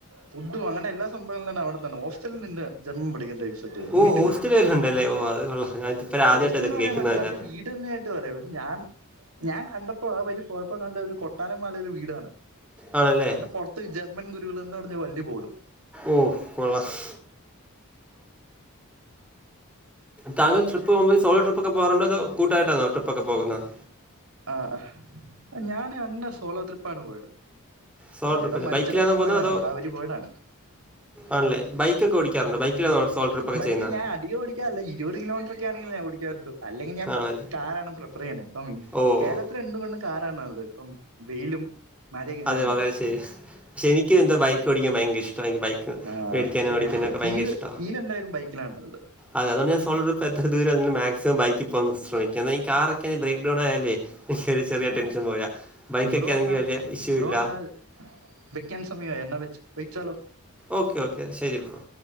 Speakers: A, on the right; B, in the centre.
A: ഫുഡും അങ്ങന എല്ല സംഭവങ്ങളണ്ട് അവിടെന്ന ഹോസ്റ്റലിൽ നിന്ന് ജർമ്മം പഠിക്കേണ്ട വീട്ടില്
B: ഓഹ്! ഹോസ്റ്റല് വരെ ഉണ്ടല്ലേ? ഓഹ്! അത് കൊള്ളാം. ഞാനിതിപ്പഴാ ആദ്യായിട്ടാ
A: ഹോസ്റ്റലന്ന്
B: ഇതൊക്കെ
A: പറയാൻ
B: കേൾക്കുന്നത്
A: പറ്റില്ല
B: തന്നെ.
A: അത് വി വീട് തന്നൊയിട്ട് പറയാ ഒരു ഞാൻ ഞാൻ കണ്ടപ്പോ ആ വരി പോയപ്പോ കണ്ട ഒരു കൊട്ടാരമാല ഒരു വീടാണ്
B: ആണല്ലേ
A: അതിന്റെ പുറത്ത് ജർമ്മൻ ഗുരുകൾ എന്ന് പറഞ്ഞാ വലിയ ബോഡും
B: ഓഹ് കൊളസ് താങ്കൾ ട്രി് പ്പ് പോക്പോൾ <unintelligible> ട്രപ്പ്ക്കെ പോകറുണ്ടോ കൂട്ടായിട്ടാോ ട്രപ്പക്കെകുന്നത്
A: ആന് ഞാന് അന്ന് സോളോ ട്രിപ്പാണ് പോയത്
B: സോളോ ട്രിപ്പല്ലേ?
A: എടാ മരിച്ചി
B: ബൈക്കിലാണോ
A: കടക്കും
B: പോകുന്നത്?
A: പോയടാണ്
B: അതോ
A: അപ്പൊ അവര് പോയതാണ്
B: ആണല്ലേ? ബൈക്കൊക്കെ ഓടിക്കാറുണ്ടോ? ബൈക്കിലാണോ സോളോ ട്രിപ്പൊക്കെ
A: ബൈക്ക്
B: ചെയ്യുന്നത്?
A: ഞാൻ അതികം ഓടിക്കാറില്ല ഇരുപത് കിലോമീറ്ററ ഒക്കെ ആണങ്കിൽ ഞാൻ ഓടിക്കാറുള്ള അല്ലെങ്ക ഞൻ
B: ആണല്ലേ?
A: കാറാണ് പ്രിഫർ ചെയ്യണേ അപ്പം
B: ഓഹ്!
A: കേരളത്തി എന്ത് കെണ്ടും കാറാണ് നല്ലത് ഇപ്പം വെയിലും മഴയൊക്കെ
B: അതെ
A: കാരണം
B: വളരെ ശരി പക്ഷെ എനിക്ക് എന്താ ബൈക്ക് ഓടിക്കാൻ ഭയങ്കര ഇഷ്ട എനിക്ക് ബൈക്ക്
A: ആഹ്
B: മേടിക്കാനോ
A: ശരിയാ
B: പഠിക്കാനക്കെ
A: ശരിയാ
B: ഭയങ്കര
A: ഫീല്
B: ഇഷ്ടാ
A: ഫീൽ എന്തായാലും ബൈക്കിലാണ് നല്ലത്
B: അതെതുകൊണ് ഞാൻ സോളർ്രിപ്പ എത്ര ദൂര മാസിമം ബൈക്കിൽ പോകാൻ ശ്രമിക്കുന്നെ ഈ കാർ ഒക്കെ ഇനി ബ്രേക്ക് ഡൗൺ ആയാലേ എനിക്കൊരു ചെറിയ
A: ആഹ്
B: ടെൻഷൻ പോല ബൈക്കക്കൊണെങ്കിൽ
A: ബ്രോ എന്നാ
B: വലിയ ഇഷ്യൂ
A: ബ്രോ
B: ഇല്ല.
A: എന്നാൽ വെക്കാൻ സമയം എന്ന വെ വെച്ചാലോ
B: ഓക്കെ ഓക്കെ ശരി ബ്രോ